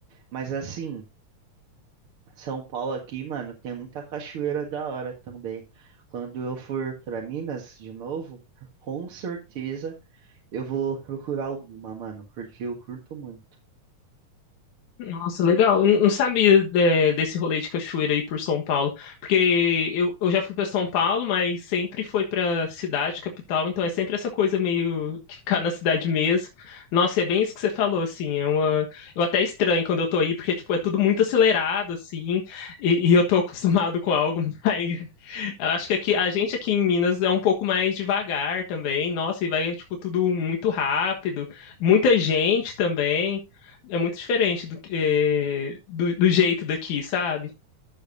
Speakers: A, on the right; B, on the left.
A: Mas assim. São Paulo aqui, mano, tem muita cachoeira da hora também. Quando eu for pra Minas de novo, com certeza eu vou procurar alguma, mano, porque eu curto muito.
B: Nossa, legal. Eu não sabia é, desse rolê de cachoeira aí por São Paulo, porque eu, eu já fui para São Paulo, mas sempre foi para cidade, capital, então é sempre essa coisa meio que ficar na cidade mesmo. Nossa, e é bem isso que você falou, assim, é uma... eu até estranho quando eu tô aí, porque, tipo, é tudo muito acelerado, assim, e, e eu tô <laughs> acostumado com algo <laughs> Eu acho que aqui, a gente aqui em Minas é um pouco mais devagar também. Nossa, e vai, tipo, tudo muito rápido. Muita gente também. É muito diferente do, que- eh, do, do jeito daqui, sabe?